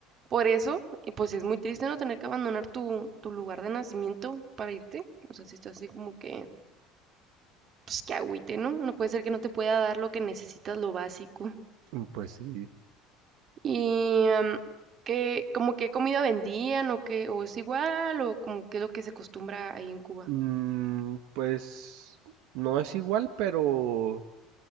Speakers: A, on the right; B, on the right.
A: por eso. Y pues es muy triste no tener que abandonar tu, tu lugar de nacimiento para irte. O sea, si estás así como que, pues que agüite, ¿no? No puede ser que no te pueda dar lo que necesitas, lo básico.
B: y pues sí.
A: Y, mm, ¿qué, como qué comida vendían o qué, o es igual, o como qué es lo que se acostumbra ahí en Cuba?
B: Mm, pues no es igual, pero